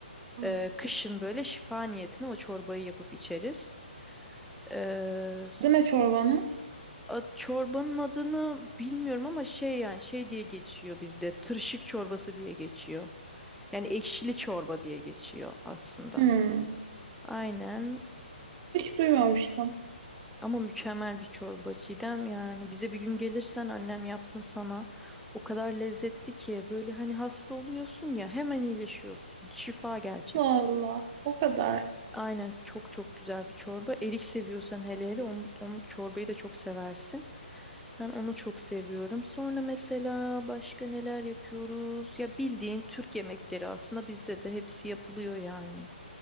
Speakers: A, on the right; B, in the centre.
A: Aa,
B: Ee, kışın böyle şifa niyetine o çorbayı yapıp içeriz. Ee,
A: Deme çorbanı.
B: A- Çorbanın adını bilmiyorum ama şey yani şey diye geçiyor bizde. Tırşık çorbası diye geçiyor. Yani ekşili çorba diye geçiyor aslında.
A: Hmm.
B: Aynen
A: Hiç duymamıştım.
B: ama mükemmel bir çorba Çiğdem yani bize bir gün gelirsen annem yapsın sana. O kadar lezzetli ki böyle hani hasta oluyorsun ya hemen iyileşiyorsun. Şifa gerçek.
A: Allah o kadar.
B: Aynen çok çok güzel bir çorba. Erik seviyorsan hele hele onu, onu çorbayı da çok seversin. Ben onu çok seviyorum. Sonra mesela başka neler yapıyoruz? Ya bildiğin Türk yemekleri aslında bizde de hepsi yapılıyor yani.